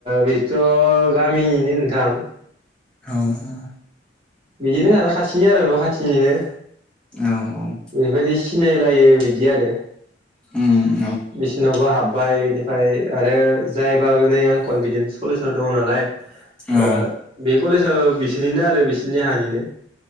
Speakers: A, on the right; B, in the centre.
A: बिथ' गामिनिनो नोंथां।
B: औ औ।
A: बिदिनो खाथिनि आरो न' खाथिनिनो।
B: औ औ।
A: बेबायदि सिनायलायो बिदि आरो।
B: ओम।
A: बिसिनावबो हाब बाय बिनिफ्राय आरो जायबा नै आं कनफिदेन्स कलेजव दङ नालाय ओ
B: औ
A: बे कलेज ओ बिसोरनिनो आरो बिसोरनि हानिनो।